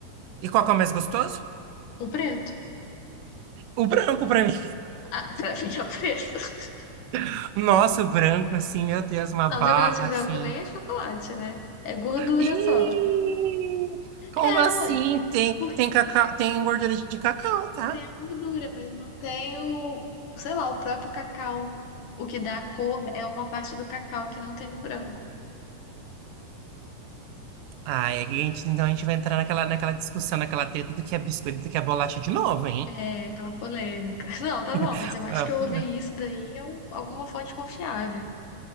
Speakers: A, on the right; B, on the left.
A: E qual que é o mais gostoso?
B: Ou preto.
A: O branco pra mim.
B: Ah, <laughs> pra mim é o preto. <laughs>
A: <laughs> Nossa, o branco, assim, meu Deus, uma
B: Não,
A: barra,
B: chocolate branco
A: assim.
B: nem é chocolate, né? É gordura
A: Ih,
B: só.
A: como
B: É,
A: assim?
B: ué.
A: Tem,
B: Porque
A: tem cacau, tem gordura de cacau, tá?
B: tem a gordura, mas não tem o, sei lá, o próprio cacau. O que dá a cor é uma parte do cacau que não tem no branco.
A: Ai, a gente, então a gente vai entrar naquela, naquela discussão, naquela treta do que é biscoito, do que é bolacha de novo, hein?
B: É aquela polêmica. <laughs> Não, tá
A: <laughs>
B: bom, mas eu acho
A: Ah,
B: que
A: pô,
B: eu ouvi isso daí em al- alguma fonte confiável.